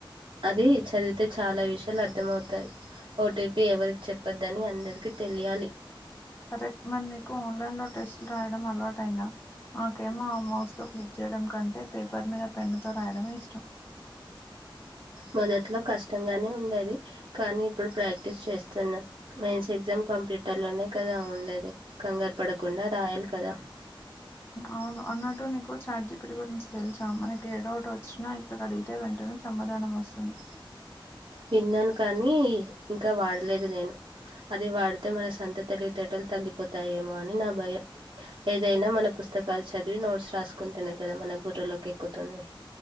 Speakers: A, on the right; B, on the left.
A: అది చదివితే చాలా విషయాలు అర్థమవుతాయి ఓటీపీ ఎవరికి చెప్పద్దని అందరికీ తెలియాలి
B: కరెక్ట్ మరి నీకు ఆన్లైన్ లో టెస్ట్లు రాయడం అలవాట అయిందా మాకేమో మౌస్ తో క్లిక్ చేయడం కంటే పేపర్ మీద పెన్నుతో రాయడమే ఇష్టం
A: మొదట్లో కష్టంగానే ఉండేది కానీ ఇప్పుడు ప్రాక్టీస్ చేస్తున్న మెయిన్స్ ఎగ్జామ్ కంప్యూటర్లోనే కదా ఉండేది కంగారు పడకుండా రాయాలి కదా
B: అవును అన్నట్టు నీకు చార్ట్ జి పి టి గురించి తెలుసా మనకి ఏ డవ్ట్ వచ్చినా ఇక్కడ అడిగితే వెంటనే సమాధానం వస్తుంది.
A: విన్నాను కానీ ఇంకా వాడలేదు నేను అది వాడితే మన సొంత తెలివితేటలు తగ్ ఉండిపోతాయేమో అని నా భయం ఏదైనా మన పుస్తకాలు చదివి నోట్స్ రాసుకుంటేనే కదా మనం బుర్రలోకి ఎక్కుతుంది